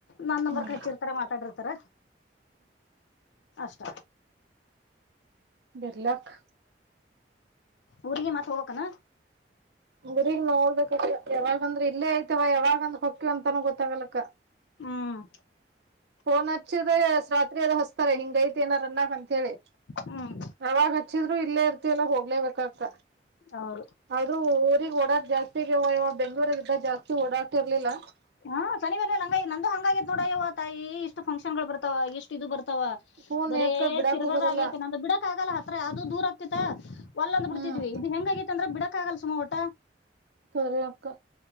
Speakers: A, on the left; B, on the right.
A: ನನ್ ನಂಬರ್
B: ಹ್ಮ್
A: ಹಚ್ಚಿರ್ತಾರ ಮಾತಾಡಿರ್ತಾರ ಅಷ್ಟ
B: ಬಿರ್ಲಕ್
A: ಊರಿಗೆ ಮಾತ್ ಹೋಗ್ಬೇಕನ.
B: ಊರಿಗ್ ನೋಡ್ಬೇಕಕ ಯಾವಾಗಂದ್ರ ಇಲ್ಲೇ ಐತವ ಯಾವಾಗಂದ್ರ ಹೊಕ್ಕ್ಯವ ಅಂತಾನೂ ಗೊತ್ತಾಗಲಕ್ಕ
A: ಹ್ಮ್
B: ಫೋಣಚ್ಚ್ದೆ ರಾತ್ರಿ ಅದ ಹಚ್ತಾರೆ ಹಿಂಗ ಐತೆ ಏನ ಅನ್ನರ್ ಅಂತ ಹೇಳಿ
A: ಹ್ಮ್
B: ಅವಾಗ ಹಚ್ಚಿದ್ರು ಇಲ್ಲೇ ಇರ್ ಎಲ್ಲಾ ಹೋಗ್ಲೆಬೇಕಂತ
A: ಹೌದು
B: ಅದು ಊರಿಗ್ ಓಡಾದ್ ಜಾಸ್ತಿಗ್ಯವ ಬೆಂಗ್ಳೂರ ಜಾಸ್ತಿ ಓಡಾ ಇರ್ಲಿಲ್ಲ
A: ಹಾ್ ಮನ ಹಂಗ ನಂದು ಹಂಗಾಗೈತ್ ನೋಡ ಇವ ತಾಯಿ ಇಷ್ಟು ಫಕ್ಷನ್ಗಳು ಬರ್ತಾವ ಇಷ್ಟ ಇದು ಬರ್ತ ವ
B: ಫೋನ್
A: ಬರೇ
B: ಯಾಕ ಬಿಡಾಕು
A: ತಿರ್ಗೋದಾಗ
B: ಬರಲ್ಲ
A: ಬಿಡಕ್ ಆಗಲ್ಲ ಹತ್ರ ಅದು ದೂರ ಆಗ್ ಒಲ್ಲಂದ್ ಬಿಡ್ತಿದ್ವಿ
B: ಹ್ಮ್
A: ಇದು ಹೆಂಗಗೈತ್ತ ಅಂದ್ರ ಬಿಡಕ್ ಆಗಲ್ಲ ಸುಮ ಓಟ
B: ಕರೆ ಅಕ್ಕ